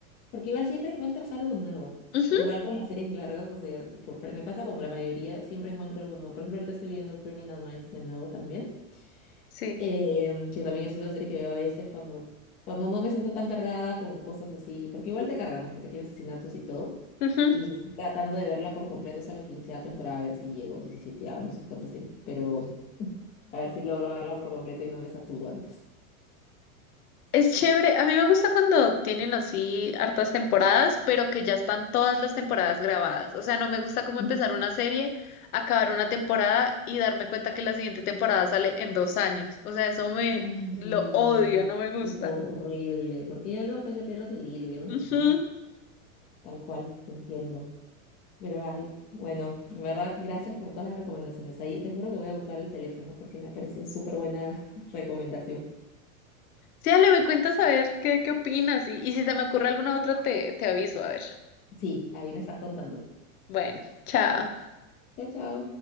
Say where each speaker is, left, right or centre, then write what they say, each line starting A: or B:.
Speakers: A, on the left (about 15°); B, on the left (about 85°).
A: porque igual siempre encuentras algo nuevo.
B: Ujú,
A: Igual con las series largas, o sea, y con Friends, me pasa como la mayoría, siempre encuentro algo nuevo. Por ejemplo, ahorita estoy viendo Criminal Minds de nuevo también.
B: Sí.
A: eh, que también es otra serie que veo a veces cuando, cuando no me siento tan cargada con cosas así, porque igual te cargan, ¿no? Porque tiene asesinatos y todo.
B: Ujú.
A: Y estoy tratando de verla por completo hasta la quinceava temporada, a ver si llego, diecisiete no sé cuántos tiene, pero a ver si logro verla por completo y no me saturo antes.
B: Es chévere, a mí me gusta cuando tienen así hartas temporadas, pero que ya están todas las temporadas grabadas. O sea, no me gusta como
A: <laughs>
B: empezar
A: Ujú.
B: una serie, acabar una temporada y darme cuenta que la siguiente temporada sale en dos años. O sea, eso me
A: Ay,
B: lo
A: sí,
B: odio, no me gusta.
A: es horrible, porque ya luego después le pierdes el hilo, ya no es lo
B: Ujú.
A: mismo. Tal cual, te entiendo. Pero ay, bueno, en verdad, gracias por todas las recomendaciones. Ahí te juro que voy a buscar el teléfono porque me ha parecido súper buena <laughs> recomendación.
B: Sí, dale, me cuentas a ver qué, qué opinas y, y si te me ocurre alguna otra te, te aviso, a ver.
A: Sí, ahí me estás contando.
B: Bueno, chao.
A: Chao, chao.